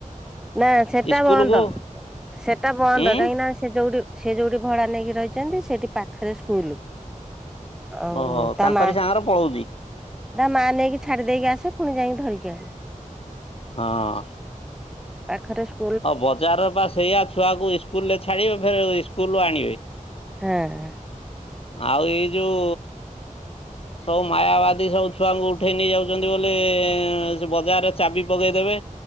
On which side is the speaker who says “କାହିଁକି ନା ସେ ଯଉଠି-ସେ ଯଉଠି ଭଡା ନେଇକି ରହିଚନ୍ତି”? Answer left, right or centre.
Centre